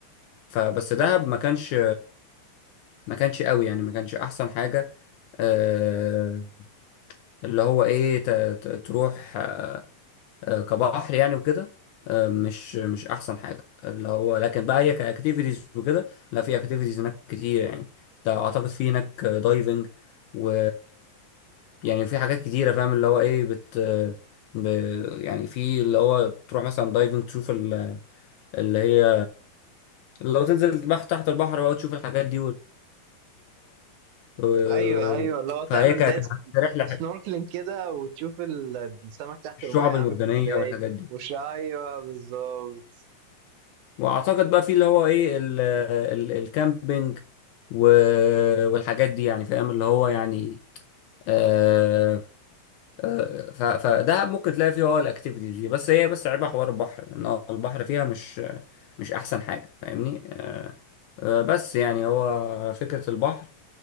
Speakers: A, on the left; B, on the right.
A: فبس دهب ما كانش ما كانش قوي يعني ما كانش احسن حاجة آه، اللي هو ايه ت- ت- تروح آه، كبحر يعني وكده آه، مش مش احسن حاجه اللي هو لكن بقى هي كاكتيفيتيز وكده لا في اكتيفيتيز هناك كتير يعني انت اعتقد في هناك دايفنج و يعني في حاجات كتيره فاهم اللي هو ايه بت ب... يعني في اللي هو تروح مثلا دايفنج تشوف ال- اللي هي اللي هو تنزل تحت تحت البحر بقى وتشوف الحاجات دي وال... وال-
B: ايوه ايوه اللي هو تعمل
A: فهي ك-
B: زي
A: كرحله
B: سنوركلينج كده وتشوف ال- السمك تحت
A: الشعب
B: الميه عامل
A: المرجانيه
B: ازاي
A: والحاجات دي
B: وش ايوه بالظبط
A: واعتقد بقى في اللي هو ايه ال ال الكامبينج و- والحاجات دي يعني فاهم اللي هو يعني آه آه ف- فده ممكن تلاقي فيه اه الاكتيفيتيز دي بس هي بس عيبها حوار البحر لان هو البحر فيها مش مش احسن حاجه فاهمني آه آه بس يعني هو فكره البحر